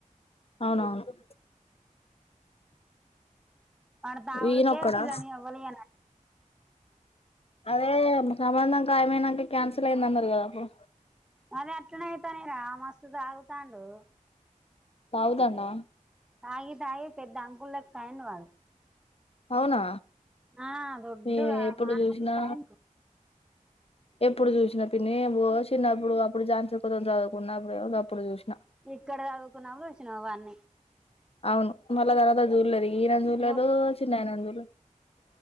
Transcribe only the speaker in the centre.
అ తవిడుక
పిల్లనివళ ఏ
అద ఎట్నే అయితానే రా మస్తు తాగుతాండు
ఆయిదయి పెద్ద అంగులులక్కయన వాళ్ళ
ఆ దొడ్డుగా
మానయంట
ఇక్కడ చదువుకున్నా వచ్చినవన్ని
ఇగ